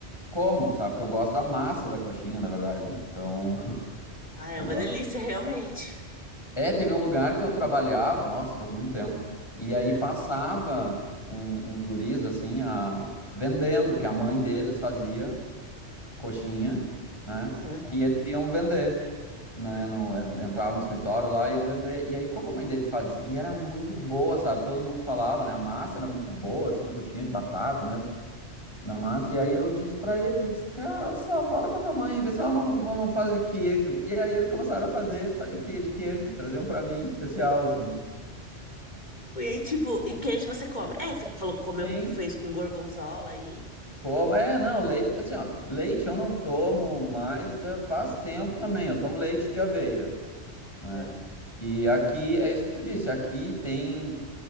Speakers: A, on the left (about 25°); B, on the left (about 40°).
A: como, sabe? Porque eu gosto da massa da coxinha, na verdade, né? Então, <laughs>
B: Ah, é
A: eu
B: uma
A: gosto
B: delícia, <laughs> realmente.
A: É, teve um lugar que eu trabalhava, nossa, faz muito tempo. E aí
B: É,
A: passava um- uns guris assim, a- vendendo, que a mãe deles fazia coxinha, né?
B: aham.
A: E eles iam vender, né? No, en- entravam no escritório lá e iam vender. E aí, como a mãe dele fazia, e era muito boa, sabe? Todo mundo falava, né? A massa era muito boa, assim, coxinha de batata mesmo na massa. E aí eu disse pra eles, eu disse, cara, olha só, fala com a tua mãe, vê se ela não, não não faz de queijo. E aí eles começaram a fazer só de que, de queijo, traziam pra mim especial, assim.
B: E aí, tipo, e queijo você come? É, você falou que comeu,
A: Sim.
B: fez com gorgonzola aí.
A: Como? É, não, leite, assim, ó, leite eu não tomo mais, eh, faz tempo também, eu tomo leite de aveia, né?
B: Aham.
A: E aqui, é isso que tu disse, aqui tem